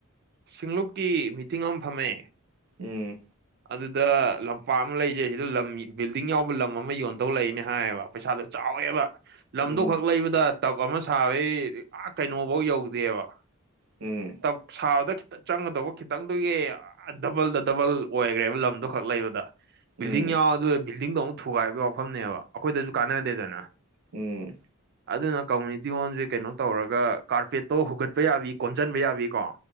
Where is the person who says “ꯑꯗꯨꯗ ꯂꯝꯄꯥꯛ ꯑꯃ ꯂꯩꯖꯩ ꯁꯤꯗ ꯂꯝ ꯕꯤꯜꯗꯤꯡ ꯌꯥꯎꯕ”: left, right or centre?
Right